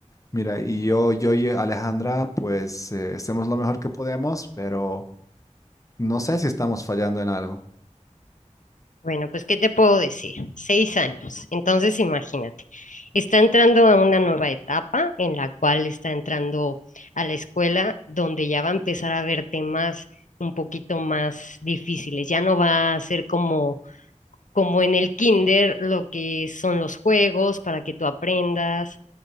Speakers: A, on the left; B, on the left.
A: Mira, y yo, yo y Alejandra, pues eh, hacemos lo mejor que podemos, pero no sé si estamos fallando en algo.
B: Bueno, pues, ¿qué te puedo decir? Seis años. Entonces, imagínate, está entrando a una nueva etapa en la cual está entrando a la escuela donde ya va a empezar a ver temas un poquito más difíciles. Ya no va a ser como, como en el kinder lo que son los juegos para que tú aprendas,